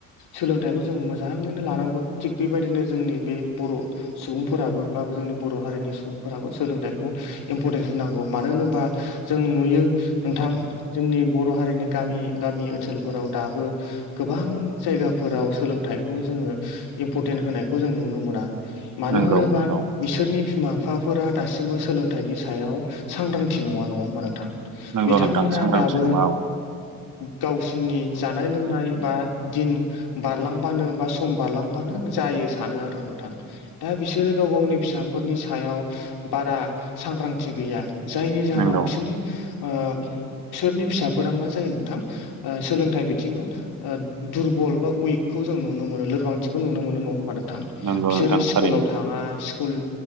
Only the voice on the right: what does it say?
नंगौ
नंगौ
नंगौ
नोंथां सांग्रांथि
नङा औ
नंगौ
नंगौ
नोंथां
थारैनो